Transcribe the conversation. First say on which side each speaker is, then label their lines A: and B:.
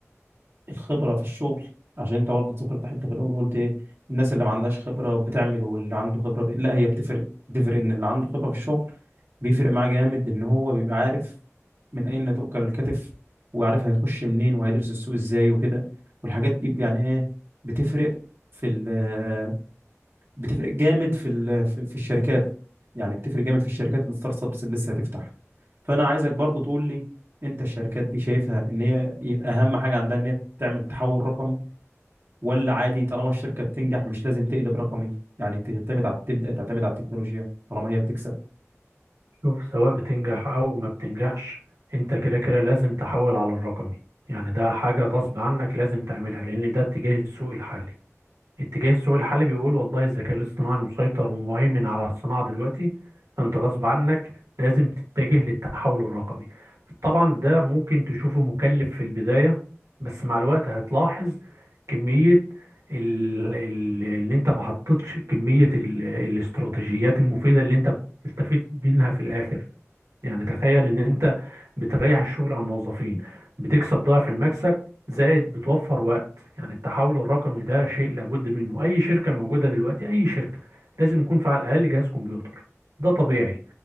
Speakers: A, on the right (about 50°); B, on the right (about 80°).
A: الخبرة في الشغل عشان انت برضه ذكرت حتة في الاول قلت ايه الناس اللي ما عندهاش خبرة بتعمل واللي عنده خبرة ب... لا هي بتفرق بتفرق ان اللي عنده خبرة في الشغل بيفرق معاه جامد ان هو بيبقى عارف من اين تؤكل الكتف وعارف هيخش منين وهيدرس السوق ازاي وكده والحاجات دي يعني ايه بتفرق في ال بتفرق جامد في ال- في في الشركات يعني بتفرق جامد في الشركات الستارت ابس اللي لسه هتفتح فانا عايزك برضو تقول لي انت الشركات دي شايفها ان هي يبقى اهم حاجه عندها ان هي تعمل تحول رقمي ولا عادي طالما الشركه بتنجح مش لازم تقلب رقمي يعني تعتمد على تبدا تعتمد على التكنولوجيا طالما هي بتكسب
B: شوف سواء بتنجح او ما بتنجحش انت كده كده لازم تحول على الرقمي يعني ده حاجة غصب عنك لازم تعملها لان ده اتجاه السوق الحالي اتجاه السوق الحالي بيقول والله الذكاء الاصطناعي مسيطر ومهيمن على الصناعة دلوقتي فانت غصب عنك لازم تتجه للتحول الرقمي طبعا ده ممكن تشوفه مكلف في البداية بس مع الوقت هتلاحظ كمية ال- ال- اللي انت ما حطيتش كمية ال- الاستراتيجيات المفيدة اللي انت بتستفيد منها في الاخر يعني تخيل ان انت بتريح الشغل على الموظفين بتكسب ضعف المكسب زائد بتوفر وقت يعني التحول الرقمي ده شيء لابد منه اي شركة موجودة دلوقتي اي شركة لازم يكون في على الاقل جهاز كمبيوتر ده طبيعي